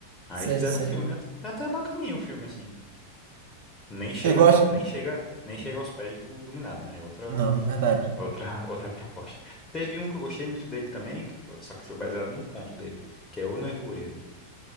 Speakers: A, on the left (about 15°); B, on the right (about 55°).
A: Aí
B: Sei,
A: fizeram
B: sei.
A: um filme, até, até bacaninha o filme, assim. Nem chega,
B: Eu gosto.
A: nem chega, nem chega aos pés do Iluminado, né? É Outra.
B: Não, é verdade.
A: Outra, <laughs> outra proposta. Teve um que eu gostei muito dele também, que foi- só que foi baseado num conto dele, que é O Nevoeiro.